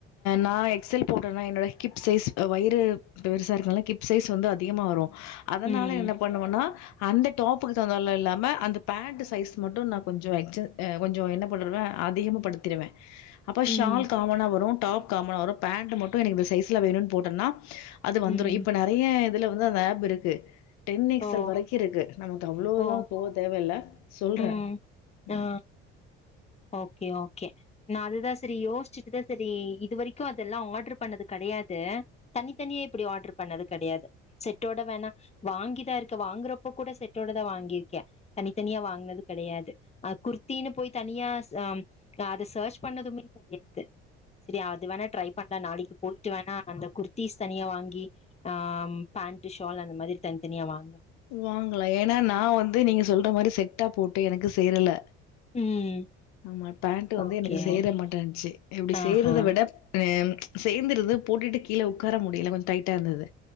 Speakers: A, on the left; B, on the left.
A: நான் எக்ஸல் போட்டேன்னா என்னோடய ஹிப் சைஸ் வயிறு இத்தோ பெருசா இருக்கனால ஹிப் சைஸ் வந்து அதிகமாக வரும் அதனால
B: ம்
A: என்ன பண்னுவேண்னா அந்த டாப்புக்கு தகுந்தலாம் இல்லாமல் அந்த பேண்ட சைஸ் மட்டும் நான் கொஞ்சம் எக்ச கொஞ்சம் என்ன பண்ணவேன் அதிகமாகப்படுத்திடுவேன் அப்ப ஷால்
B: ம்
A: காமனா வரும் டாப் காமன வரும் பேண்ட் மட்டும் எனக்கு சைஸ்ல வேணும்னு போட்டனா அது வந்துரூம்
B: ம்
A: இப்ப நெறைய அதுல வந்து ஆப் இருக்கு டென் எக்ஸ்எல்
B: ஓ
A: வரைக்கும் இருக்கு நமக்கு அவ்வளோவுல்லாம்
B: ஓ
A: போ தேவை ல்ல சொல்ற
B: ம்
A: உம்
B: ஆ ஓகே ஓகே நான் அதுதான் செரி யோசிச்சுட்டுதான் செரி இது வரைக்கும் அதெல்லாம் ஆர்டரு பண்ணது கிடையாது தனித்தனியா இப்படி ஆர்டரு பண்ணது கிடையாது செட்டோட வேணா வாங்கிதான் இருக்க வாங்குறப்போ கூட செட்டோட தான் வாங்கிருக்கேன் தனித்தனியா வாங்குனது கிடையாது ஆ குர்த்தீனு போய் தனியா அத சர்ச் பண்ணதுமே கெடையாது செரி அது வேணா ட்ரை பண்ணலாம் நாளைக்கு ப்ப போயிட்டு வேணா அந்த குர்த் பீஸ் தனியா வாங்கி ஆஹ் பேண்ட் ஷால் அந்த மாரி தனித்தனியா வாங்கனும்
A: வாங்களலாம் ஏன்னா நான் வந்து நீங்க சொல் மாதிரி செட்டா போட்டு எனக்கு சேரல
B: ம்
A: ஆமா பேண்ட் வந்து
B: ஓகே
A: எனக்கு சேர மாட்டேந்ச்சு இப்டி செர்றதை
B: ஆஹா
A: விட அஹ் சேர்ந்துருது போட்டுட்டு கீழ ஒக்கார முடியல கொஞ்ச டைட்டா இருந்தது